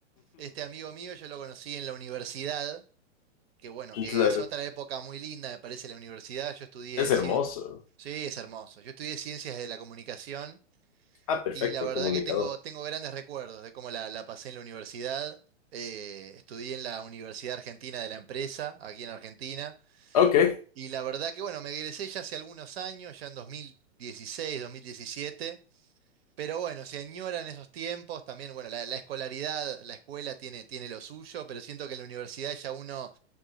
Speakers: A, on the right; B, on the left.
A: este amigo mío yo lo conocí en la universidad que bueno,
B: <laughs>
A: que
B: Claro,
A: es otra época muy linda, me parece, la universidad. Yo estudié
B: es
A: ciencias,
B: hermoso.
A: sí, es hermoso. Yo estudié ciencias de la comunicación
B: Ah, perfecto,
A: y la verdad
B: comunicador.
A: que tengo, tengo grandes recuerdos de cómo la, la pasé en la universidad. Eh, estudié en la Universidad Argentina de la Empresa, aquí en Argentina.
B: Ok,
A: Y la verdad que bueno, me egresé ya hace algunos años, ya en 2016, 2017. Pero bueno, se añoran esos tiempos. También, bueno, la, la escolaridad, la escuela tiene, tiene lo suyo, pero siento que en la universidad ya uno